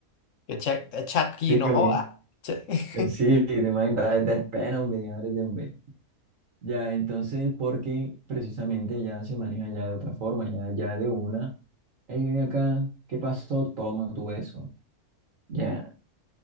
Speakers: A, on the left; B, on the right.
A: Que Chuck, Chucky
B: Sí,
A: no
B: como
A: joda.
B: que,
A: Ch-
B: eh, sí,
A: <laughs>
B: te mandas, das pena, hombre, ábrete, hombre. Ya, entonces, porque precisamente ya se maneja ya de otra forma, ya, ya de una, hey, ven acá, ¿qué pasó? Toma tu beso, ya,